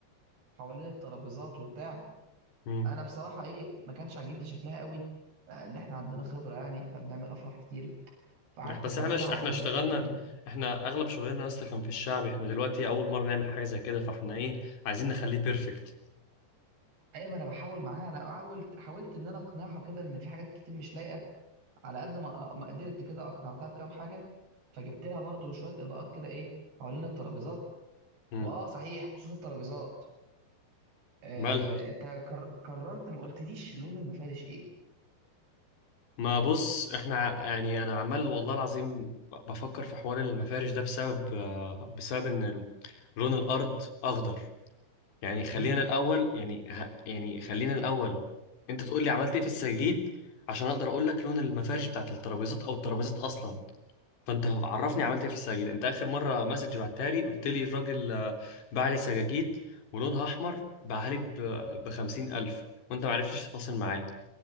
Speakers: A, on the right; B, on the left.
A: حوالين الترابيزات وبتاع
B: امم
A: أنا بصراحة إيه ما كانش عاجبني شكلها قوي لأن إحنا عندنا خبرة يعني إحنا بنعمل أفراح كتير فقعدت
B: بس
A: أفرجها
B: احنا ش...
A: على
B: احنا
A: ديزاينات
B: اشتغلنا
A: تانية
B: احنا اغلب شغلنا اصلا كان في الشعب احنا دلوقتي اول مرة نعمل حاجة زي كده فاحنا ايه عايزين نخليه بيرفكت
A: أي ما أنا بحاول معاها أنا حاولت حاولت إن أنا أقنعها كده إن في حاجات كتير مش لايقة على قد ما آه، ما قدرت كده أقنعتها بكام حاجة فجبت لها برضو شوية إضاءات كده إيه حوالين الترابيزات
B: امم
A: وآه صحيح بخصوص الترابيزات آه،
B: مالها
A: انت كر- كررت ما قلتليش لون المفارش ايه
B: ما بص احنا ع- يعني انا عمال والله العظيم ب- بفكر في حوار المفارش ده بسبب آه، بسبب ان ال- لون الارض اخضر يعني خلينا
A: امم
B: الاول يعني ه- يعني خلينا الاول انت تقول لي عملت ايه في السجاجيد عشان اقدر اقول لك لون المفارش بتاعت الترابيزات او الترابيزات اصلا فانت عرفني
A: امم
B: عملت ايه في السجاجيد انت اخر مره مسج بعتها لي قلت لي الراجل آه، باع لي سجاجيد ولونها احمر باعها لي ب 50000 وانت ما عرفتش تفاصل معاه